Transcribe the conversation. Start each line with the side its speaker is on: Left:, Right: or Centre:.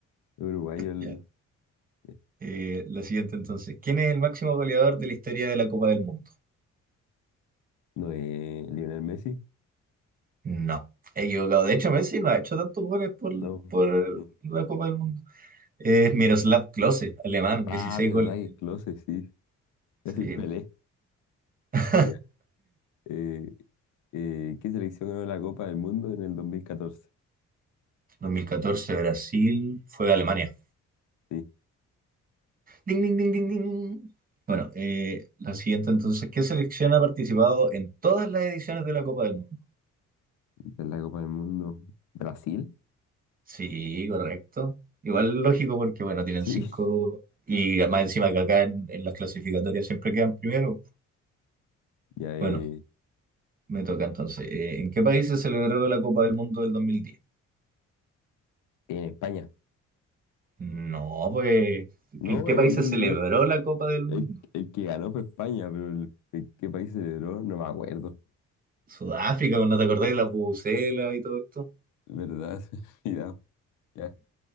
Left: Es Uruguayo el-
Right: ya.
Left: eh,
Right: Eh, la siguiente entonces. ¿Quién es el máximo goleador de la historia de la Copa del Mundo?
Left: No es Lionel Messi.
Right: No, he equivocado. De hecho, Messi no ha hecho tantos goles por,
Left: No.
Right: por
Left: Sí.
Right: la Copa del Mundo. Es Miroslav Klose, alemán,
Left: Ah,
Right: 16
Left: verdad
Right: goles.
Left: que
Right: tiene.
Left: Klose, sí.
Right: Sí.
Left: Es decir, Pelé.
Right: <laughs>
Left: Ya. Eh, eh, ¿qué selección ganó la Copa del Mundo en el 2014?
Right: dos mil catorce Brasil, fue a Alemania.
Left: Sí,
Right: Ding, ding, ding, ding, ding. Bueno, eh, la siguiente entonces. ¿Qué selección ha participado en todas las ediciones de la Copa del Mundo?
Left: esta es la Copa del Mundo. ¿Brasil?
Right: Sí, correcto. Igual lógico porque, bueno, tienen
Left: Sí,
Right: cinco y más encima que acá en, en las clasificatorias siempre quedan primero.
Left: Ya eh,
Right: Bueno, me toca entonces. Eh, ¿En qué país se celebró la Copa del Mundo del 2010?
Left: en España.
Right: No, pues,
Left: No,
Right: ¿que ¿en qué
Left: en
Right: país
Left: dos mil
Right: se celebró
Left: diez
Right: la Copa del Mundo?
Left: El, el que ganó fue España, pero el, el qué país celebró, no me acuerdo.
Right: Sudáfrica, ¿no te acordás de la Pucela y todo esto?
Left: ¿Verdad? <laughs> Se me ha olvidado. Ya.